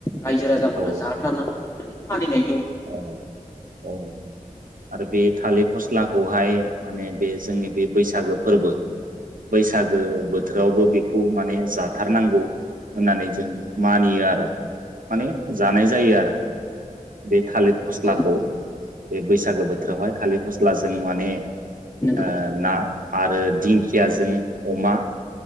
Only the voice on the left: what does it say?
रायजो राजाफोरनो
जाहोथारनांगौ होननानै मानि नाय
औ
नंगौ